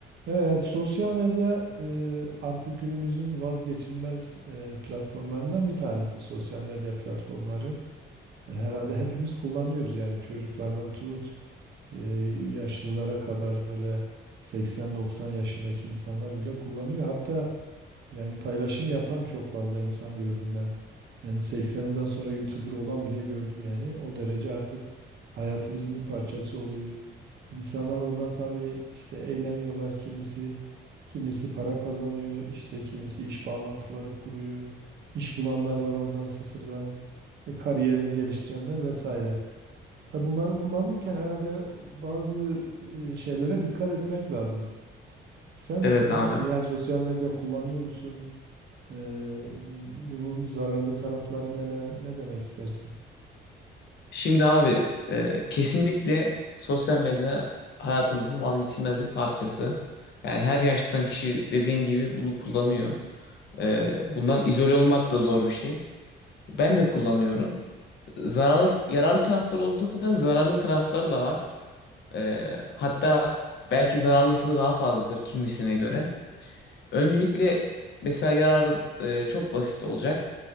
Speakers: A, on the right; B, on the left.
A: Evet, sosyal medya e, artık günümüzün vazgeçilmez e, platformlarından bir tanesi. Sosyal medya platformları herhalde hepimiz kullanıyoruz. Yani çocuklardan tut e, yaşlılara kadar böyle 80-90 yaşındaki insanlar bile kullanıyor. Hatta yani paylaşım yapan çok fazla insan gördüm ben. Yani 80'inden sonra YouTuber olan bile gördüm yani. O derece artık hayatımızın bir parçası oluyor. İnsanlar oradan tabii işte eğleniyorlar kimisi. Kimisi para kazanıyor, işte kimisi iş bağlantıları kuruyor. İş bulanlar var oradan sıfırdan. E, kariyerini geliştirenler vesaire. Tabii bunları kullanırken herhalde bazı e, şeylere dikkat etmek lazım. Sen
B: Evet abi.
A: nasıl yani sosyal medya kullanıyor musun? Ee, bunun zararlı tarafları neler, ne demek istersin?
B: Şimdi abi e, kesinlikle sosyal medya hayatımızın vazgeçilmez bir parçası. Yani her yaştan kişi dediğin gibi bunu kullanıyor. E, bundan izole olmak da zor bir şey. Ben de kullanıyorum. Zararlı, yararlı tarafları olduğu kadar zararlı tarafları da var. E, hatta belki zararlısı da daha fazladır kimisine göre. Öncelikle mesela yararı e, çok basit olacak.